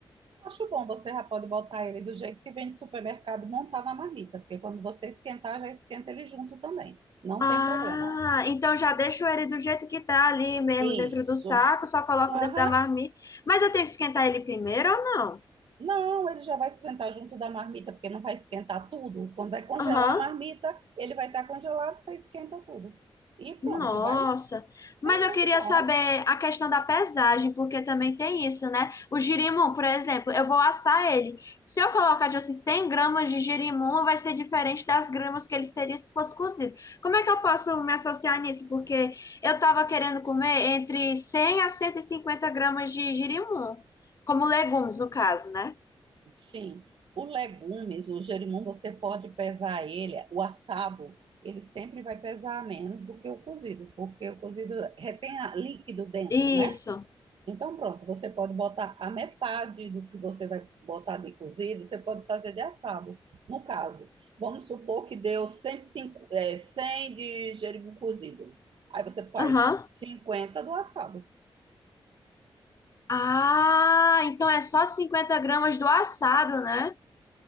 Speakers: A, on the right; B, on the left.
A: Acho bom, você já pode botar ele do jeito que vem de supermercado e montar na marmita, porque quando você esquentar, já esquenta ele junto também. Não
B: Ah,
A: tem problema.
B: então já deixo ele do jeito que tá ali mesmo
A: Isso.
B: dentro do saco, só coloco
A: Aham.
B: dentro da marmita. Mas eu tenho que esquentar ele primeiro ou não?
A: Não, ele já vai esquentar junto da marmita, porque não vai esquentar tudo. Quando vai congelar
B: Aham.
A: a marmita, ele vai estar congelado, você esquenta tudo. E pronto,
B: Nossa,
A: vai.
B: mas
A: É
B: eu
A: muito
B: queria
A: bom.
B: saber a questão da pesagem, porque também tem isso, né? O girimum, por exemplo, eu vou assar ele. Se eu colocar, tipo assim, 100 gramas de girimum, vai ser diferente das gramas que ele seria se fosse cozido. Como é que eu posso me associar nisso? Porque eu estava querendo comer entre 100 a 150 gramas de girimum, como legumes, no caso, né?
A: Sim, o legumes, o gerimum, você pode pesar ele, o assado, ele sempre vai pesar menos do que o cozido, porque o cozido retém a- líquido dentro,
B: Isso.
A: né? Então, pronto, você pode botar a metade do que você vai botar de cozido, você pode fazer de assado. No caso, vamos supor que deu 105, é, 100 de gerimum cozido. Aí você faz
B: Aham.
A: 50 do assado.
B: Ah, então é só 50 gramas do assado, né?